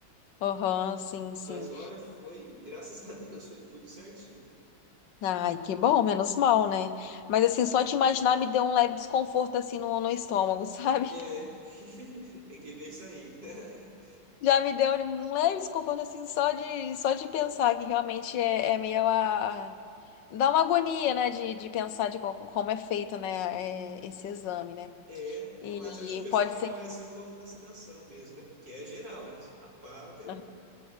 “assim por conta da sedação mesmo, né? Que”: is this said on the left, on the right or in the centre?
Right